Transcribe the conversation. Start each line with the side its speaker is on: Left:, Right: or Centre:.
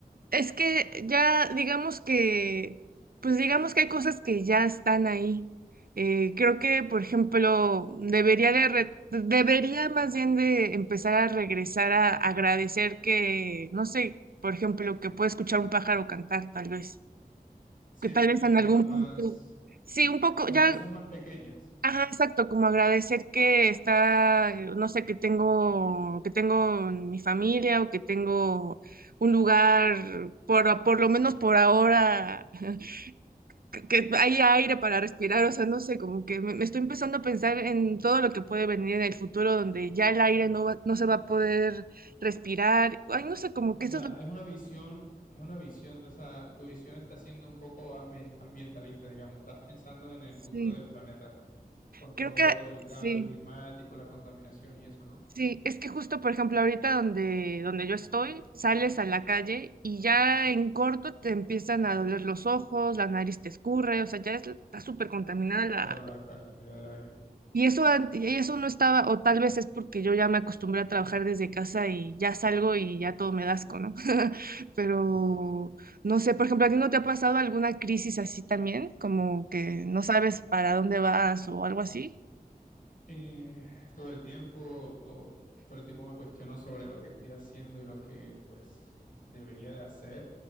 Right: Es que ya digamos que, pues digamos que hay cosas que ya están ahí. Eh, creo que, por ejemplo, debería de re- debería más bien de empezar a regresar a agradecer que, no sé, por ejemplo, que puede escuchar un pájaro cantar, tal vez,
Left: Sí,
Right: que tal vez en
Left: cosas
Right: algún
Left: más
Right: punto, sí, un poco,
Left: las
Right: ya
Left: cosas más pequeñas.
Right: Ajá, exacto, como agradecer que está, eh, no sé, que tengo, que tengo mi familia o que tengo un lugar, por, a- por lo menos por ahora, <laughs> que hay aire para respirar, o sea, no sé, como que me, me estoy empezando a pensar en todo lo que puede venir en el futuro, donde ya el aire no va- no se va a poder respirar. Ay, no sé, como
Left: O
Right: que
Left: sea,
Right: eso es lo
Left: es una visión, es una visión, o sea, tu visión está siendo un poco ambien- ambientalista, digamos, estás pensando en el futuro
Right: sí,
Left: del planeta, con todo
Right: creo que
Left: lo del cambio
Right: sí.
Left: climático, la contaminación y eso, ¿no?
Right: Sí, es que justo, por ejemplo, ahorita donde, donde yo estoy, sales a la calle y ya en corto te empiezan a doler los ojos, la nariz te escurre, o sea, ya es- está súper contaminada la...
Left: Claro, la calidad del aire.
Right: Y eso, ant- y eso no estaba, o tal vez es porque yo ya me acostumbré a trabajar desde casa y ya salgo y ya todo me da asco, ¿no? <laughs> Pero
Left: Es-
Right: no sé, por ejemplo, ¿a ti no te ha pasado alguna crisis así también? Como que no sabes para dónde vas o algo así.
Left: eh, todo el tiempo, todo el tiempo me cuestiono sobre lo que estoy haciendo y lo que, pues, debería de hacer.